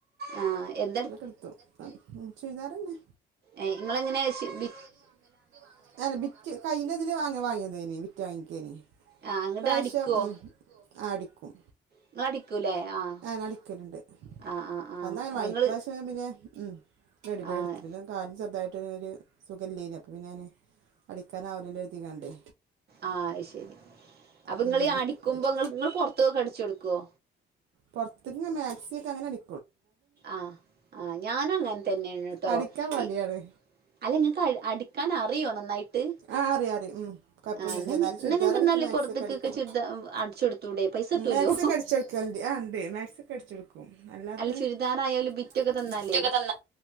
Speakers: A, on the right; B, on the right.
A: ആഹ് എന്ത
B: തൊക്കെട്ത്തു. എന്ത ഇട്ത്തെ? ചുര്ദാറന്നെ.
A: ഏഹ് ഇങ്ങളെങ്ങനെ ശി ബി
B: റ്റ് വാങ്ങലാണോ, അല്ല ബിറ്റ് കയ്ഞ്ഞെതിൽ വാങ്ങ വാങ്ങിയതേനി ബിറ്റ് വാങ്ങ്യക്കേനി.
A: ആഹ് അങ്ങട്ട്
B: ഇപ്രാവശ്യം
A: അടിക്കുവോ
B: ഉം ആഹ് അടിക്കും.
A: ഇങ്ങളടിക്കുലേ? ആഹ്.
B: നടിക്കല്ണ്ട്.
A: ആഹ് ആഹ് ആഹ്
B: അന്നങ്ങനെ
A: അപ്പൊ
B: വാങ്ങി.
A: നിങ്ങള്
B: ഇപ്രാവശ്യം പിന്നെ ഉം റെഡിമെയ്ഡ്
A: ആഹ്
B: ഇട്ത്ത്. കാലിന് ചെറ്തായിട്ടൊര് ര് സുഖല്ലേനി. അപ്പ പിന്നെ ഞാന് അടിക്കാനാവൂല്ലല്ലോ കര്തിക്കാണ്ടേ.
A: ആഹ് അഹ്ശരി. അപ്പങ്ങളീ
B: എന്താ ബിറ്റ്
A: അടിക്കുമ്പോ ഇങ്ങള് ങ്ങള് പൊർത്ത്ക്കൊക്കെ അടിച്ചൊട്ക്കോ?
B: പൊർത്ത്ക്ക് ങ്ങെ മാക്സ്യൊക്കെ അങ്ങനടി
A: ആഹ് ആഹ്. ഞാനു അങ്ങൻ തന്നേണ് ട്ടോ.
B: അടിക്കാൻ മടിയാണ്
A: ഇ അല്ല ഇങ്ങക്ക് അ അടിക്കാൻ അറിയോ നന്നായിട്ട്?
B: ആഹ് അറിയാ അറിം ഉം. കൊഴപ്പൊന്നില്ല.
A: ആഹ് ന്നാ
B: ഇന്നാലും ചുരിദാർ
A: ന്നാ ഇങ്ങക്ക്
B: അടിക്കും
A: ന്നാല്
B: മാക്സി
A: പൊറത്ത്ക്കൊക്കെ
B: ഒക്കെ അടിക്കും.
A: ചുരിദാ അടിച്ചു കൊടുത്തൂടെ പൈസ കിട്ടോല്ലോ
B: മാക്സി ഒക്കെ അടിച്ചൊട്ക്കല്ണ്ട്. ആഹ് ഇണ്ട്. മാക്സ്യൊക്കെ അടിച്ചൊടുക്കും. അല്ലാത്തെ
A: അല്ല ചുരിദാറായാലും
B: ചുൽദാറായാലും
A: ബിറ്റൊക്കെ തന്നാലേ
B: ബിറ്റൊക്കെ തന്നാ.